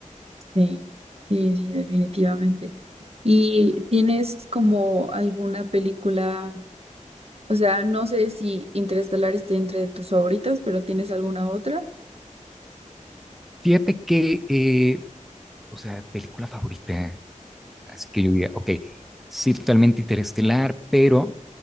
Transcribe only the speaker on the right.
sí, sí, sí, definitivamente. ¿Y tienes como alguna película, o sea, no sé si Interestelar esté entre tus favoritas, pero ¿tienes alguna otra?